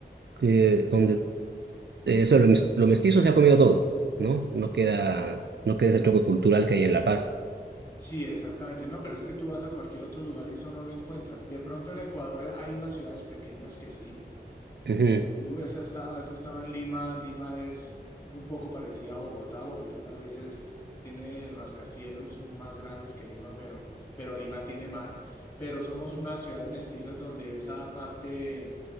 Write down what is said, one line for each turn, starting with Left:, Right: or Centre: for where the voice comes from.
Right: que, donde eh, eso, lo, mes- lo mestizo se ha comido todo, ¿no? No queda, no queda ese choque cultural que hay en La Paz.
Left: Sí, exactamente. No, pero es que tú vas a cualquier otro lugar y eso no lo encuentras. De pronto en Ecuador hay unas ciudades pequeñas que sí.
Right: Ujú,
Left: Tú has esta- has estado en Lima. Lima es un poco parecida a Bogotá. Bogotá tal vez es, tiene rascacielos más grandes que Lima, pero, pero Lima tiene mar. Pero somos unas ciudades mestizas donde esa parte